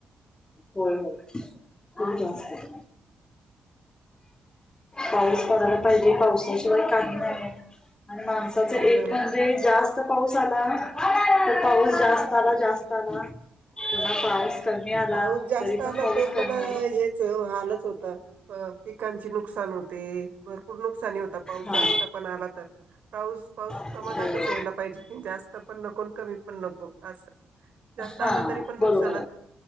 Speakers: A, on the left; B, on the right.
A: होय होय खूप जास्तय.. पाऊस पडायला पाहिजे पावसाशिवाय काही नाहीये आणि माणसाचं
B: हो
A: एक
B: ना
A: म्ह णजे जास्त पाऊस आला तर पाऊस जास्त आला जास्त आला थोडा पाऊस कमी आला
B: पाऊस जास्त
A: तरी
B: आला
A: पण पाऊस
B: ते पण
A: कमी आला
B: <unintelligible> हालच होता पिकांचे नुकसान होते भरपूर नुकसानी होता पाऊस
A: हो.
B: जास्त पण आला तर पाऊस पाऊस प्रमाणातच
A: हा हो
B: यायला पाहिजे. जास्त पण नको कमी पण नको असं जास्त
A: हा
B: आला तरीपण नुकस्
A: बरोबर